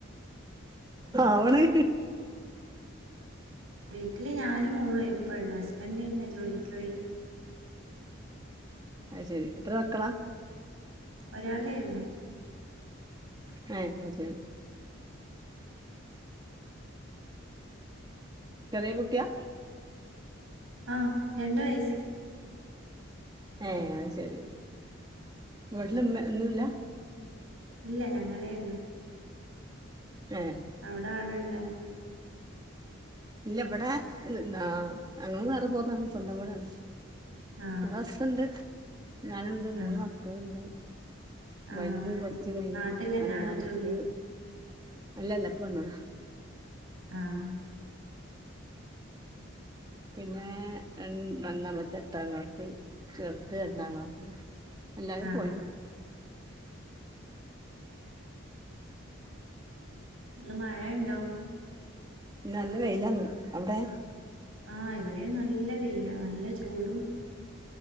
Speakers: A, on the right; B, on the right.
A: അവന്
B: വീട്ടില് ഞാനും മൂളു ഇപ്പളെ ഹസ്ബൻഡന്നെ ജോലിക്കോയി.
A: അയ് ശേരി എത്ര മക്കളാ.
B: ഒരാളേള്ളോ
A: ങ്ങെ ആഹ് ശരി ചെറിയെ കുട്ടിയാ.
B: ആഹ രണ്ട് വയസ്സ്
A: ഏ അത് ശരി വീട്ട്ല് മെന്നുംല്ല
B: ഇല്ല ഞങ്ങളേ ള്ളു
A: ഏ
B: അവിടെ ആ ഇണ്ടോ
A: ഇല്ല ഇവിടെൻ ആ ഞങ്ങളും വേറെ പോന്ന്ണ് സ്വന്തം വീടാണ്.
B: ആ
A: ഹസ്സ്ണ്ട്. ഞാനുണ്ട്
B: ആ
A: മൂന്ന് മക്കളുണ്ട്
B: ആ
A: വലുത്പ്ലസ് ടു കഴിഞ്ഞു
B: നാട്ടിൽ തന്നെയാണോ
A: രണ്ടാമത്തത്
B: ജോലി
A: അല്ലല്ല ഇപ്പൊ വന്നതാ
B: ആഹ
A: പിന്നെ രണ്ടാമത്തേത് എട്ടാം ക്ലാസ് ചെറുത് രണ്ടാം ക്ലാസ് അല്ലാരും
B: ആ
A: പോയിണ്
B: ഇന്ന് മഴ ഇണ്ടോ
A: ഇന്ന് നല്ല വെയിലാന്ന് അവിടെ
B: ആഹ എവിടെയും നല്ല വെയില നല്ല ചൂടും